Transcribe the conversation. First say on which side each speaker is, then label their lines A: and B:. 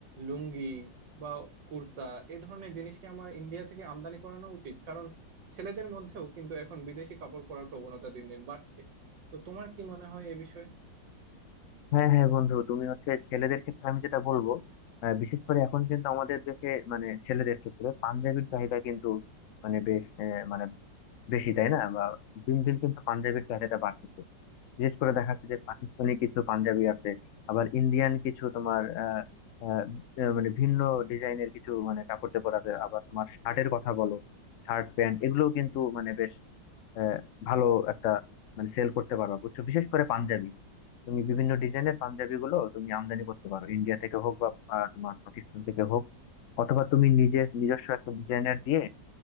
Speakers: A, on the right; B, on the left.
A: লুঙ্গি বা কুর্তা এ ধরনের জিনিস কি আমার ইন্ডিয়া থেকে আমদানি করানো উচিত কারণ ছেলেদের মধ্যেও কিন্তু এখন বিদেশি কাপড় পরার প্রবণতা দিন দিন বাড়ছে তো তোমার কি মনে হয় এ বিষয়ে
B: হ্যাঁ হ্যাঁ বন্ধু তুমি হচ্ছে ছেলেদের ক্ষেত্রে আমি যেটা বলবো আহ, বিশেষ করে এখন কিন্তু আমাদের দেশে মানে ছেলেদের ক্ষেত্রে পাঞ্জাবির চাহিদা কিন্তু মানে বেশ আহ, মানে বেশি তাই না বা দিন দিন কিন্তু পাঞ্জাবির চাহিদাটা বাড়তেছে বিশেষ করে দেখা যাচ্ছে যে পাকিস্তানি কিছু পাঞ্জাবি আছে আবার ইন্ডিয়ান কিছু তোমার আহ আহ, আহ, মানে ভিন্ন ডিজাইনের কিছু মানে কাপড় চোপড় আছে আবার তোমার শার্টের কথা বলো শার্ট প্যান্ট এগুলোও কিন্তু মানে বেশ আহ, ভালো একটা মানে সেল করতে পারবা বুঝছো বিশেষ করে পাঞ্জাবি তুমি বিভিন্ন ডিজাইনের পাঞ্জাবি গুলো তুমি আমদানি করতে পারো ইন্ডিয়া থেকে হোক বা আহ, তোমার পাকিস্তান থেকে হোক অথবা তুমি নিজে নিজস্ব একটা ডিজাইনার দিয়ে